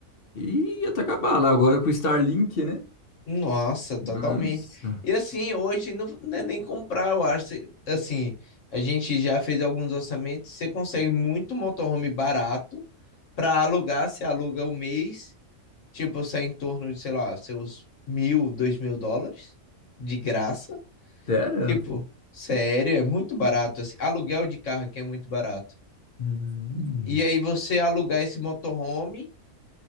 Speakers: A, on the left; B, on the left.
A: e ia até acabar lá agora com o Starlink, né?
B: Nossa, totalmente.
A: Nossa,
B: E assim, hoje não, não é nem comprar, eu acho. Cê- Assim, a gente já fez alguns orçamentos, você consegue muito motorhome barato para alugar, você aluga o mês, tipo, sai em torno de, sei lá, seus mil, dois mil dólares de graça.
A: sério?
B: Tipo, sério, é muito barato. Assim, aluguel de carro aqui é muito barato.
A: Hum,
B: E aí você alugar esse motorhome